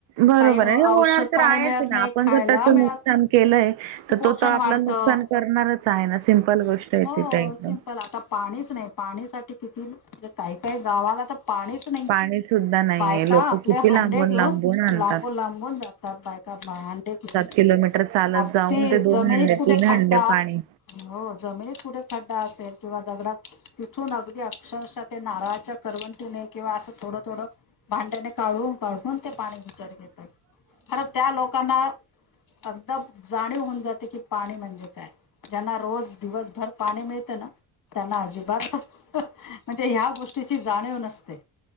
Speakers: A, on the right; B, on the left.
A: बरोबर
B: काही
A: आहे आणि
B: औषध
A: होणार तर
B: पाणी
A: आहेच
B: मिळत
A: आहे ना
B: नाही
A: आपण
B: खायला
A: जर त्याचं
B: मिळत
A: नुकसान केलंय
B: कुपोषण
A: तर तो तर आपला
B: वाढतं
A: नुकसान करणारच आहे ना सिम्पल गोष्ट आहे
B: हो
A: तिथे एकदम
B: सिंपल आता पाणीच नाही पाणी साठी किती म्हणजे काही काही गावाला तर पाणीच
A: पाणी सुद्धा नाहीये.
B: बायका
A: लोकं
B: आपले
A: किती
B: हांडे
A: लांबून-लांबून
B: घेऊन
A: आणतात.
B: लांबून लांबून जात. बायका भांडे घेऊन
A: किलोमीटर चालत
B: अगदी
A: जाऊन ते
B: जमिनीत
A: हंडे,
B: कुठे खड्डा
A: हंडे पाणी
B: हो जमिनीत कुठे खड्डा असेल किंवा दगडात तिथून अगदी अक्षरशः ते नारळाच्या करवंटीने किंवा असं थोडं, थोडं भांड्याने काढून, काढून. पाणी बिचार देताय खर त्या लोक लोकांना आता जाणीव होऊन जाते की पाणी म्हणजे काय? ज्यांना रोज दिवसभर पाणी मिळतना. त्यांना अजिबात म्हणजे ह्या गोष्टीची जाणीव नसते.